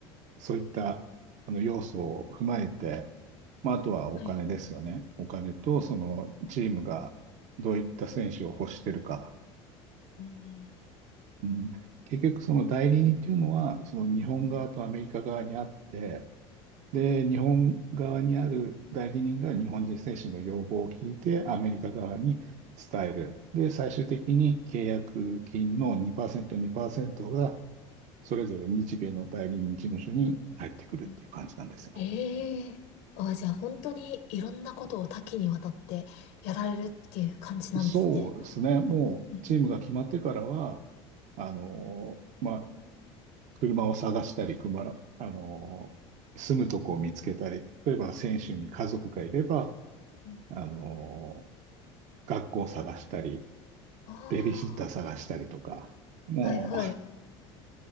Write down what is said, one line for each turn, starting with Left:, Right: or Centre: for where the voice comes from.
Right: そういった、あの、要素を踏まえて、まあ、あとはお金ですよね。
Left: はい。
Right: お金と、
Left: うん、
Right: その、チームがどういった選手を欲してるか。
Left: うん、
Right: うん、結局、その代理人っていうのは、その日本側とアメリカ側にあって、で、日本側にある代理人が日本人選手の要望を聞いて、アメリカ側に伝える。で、最終的に契約金の2%、2%が、それぞれ日米の代理人事務所に入ってくるっていう感じなんですよ。
Left: うん。ええあ、じゃあ、本当にいろんなことを多岐にわたってやられるっていう感じなんですね。
Right: そうですね。もう、
Left: うん
Right: チームが決まってからは、あの、まあ、車を探したり、車、あの、住むとこを見つけたり、例えば選手に家族がいれば、
Left: うん
Right: あの、学校を探したり、
Left: あ
Right: ベビーシッター探したりとか、も
Left: あ、はいはい。